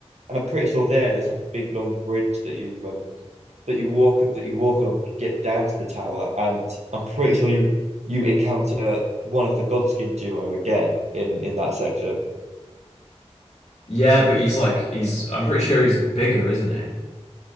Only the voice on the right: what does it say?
And I'm pretty sure there there's like a big long bridge that you um that you walk that you walk along to get down to the tower, and I'm pretty sure you you encounter one of the Godskin duo again in in that section.